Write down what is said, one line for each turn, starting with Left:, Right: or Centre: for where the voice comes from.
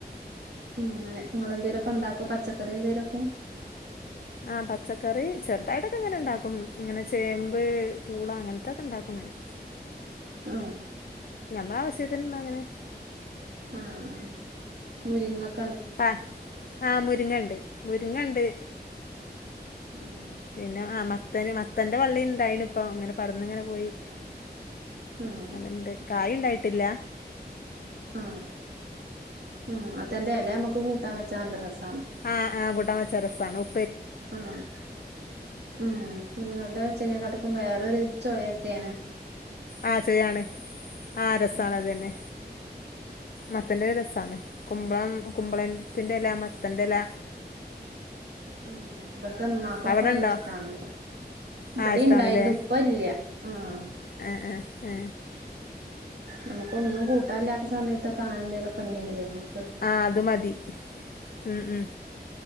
Right: ഉം ഇങ്ങനെ ഇങ്ങളെന്തേലും ഒക്കെ ഇണ്ടാക്കോ പച്ചക്കറി എന്തേലുക്കെ
Left: ആഹ് പച്ചക്കറി ചെറുതായിട്ടൊക്കെ ഇങ്ങനെ ഇണ്ടാക്കും ഇങ്ങനെ ചേമ്പ് പൂള അങ്ങനെത്തൊക്കെ ഇണ്ടാക്കും ഇങ്ങനെ
Right: ആ
Left: നമ്മളാവശ്യത്തിള്ളങ്ങനെ
Right: ആ ആ ആ മുരിങ്ങ-
Left: ആ ആ മുരിങ്ങണ്ട് മുരിങ്ങണ്ട്
Right: ഉം
Left: പിന്നെ അമ ത്തന് മത്തൻ്റെ വള്ളി ഇണ്ടായിനിപ്പോ ഇങ്ങനെ പടർന്നിങ്ങനെ പോയി
Right: ആഹ്
Left: അത്ണ്ട് കായിണ്ടാ ട്ടില്ല
Right: ആഹ് ഉം മത്തൻ്റെ എലമ്മക്ക് കൂട്ടാൻ വെച്ച നല്ലരസാ
Left: ആഹ് ആഹ് കൂട്ടാൻ വെ ച്ച രസാണ് ഉ
Right: ആഹ് ഉം <unintelligible> വേറെ ഒരു ചൊയക്കാണ്
Left: ആഹ് ചെയ്യാണ് ആഹ് രസാണ്
Right: ഉം
Left: അതെന്നെ മത്തൻ്റെ രസാണ് കുമ്പളം കുമ്പളത്തിൻ്റെ എല മ ത്തൻ്റെ എല
Right: ഉം ഉം ബടത്തെ ഇമ്മാക്കൊക്കെ
Left: അവിടെ
Right: നല്ല
Left: ഉണ്ടോ
Right: ഇഷ്ടാണ്
Left: ആ
Right: ബടെം
Left: ഇഷ്ടമാണല്ലേ
Right: ഇണ്ടായിരുന്നു ഇപ്പ ഇല്ല്യ ആഹ്
Left: എഹ് ഏ
Right: നമ്മുക്ക് ഒന്നും കൂട്ടാല്ലാത്ത സമയത്തൊക്കെ അങ്ങനെ എന്തേലുക്കെ ഇണ്ടങ്കിലെ നമ്മു
Left: ആഹ് അത് മതി ഉം ഉം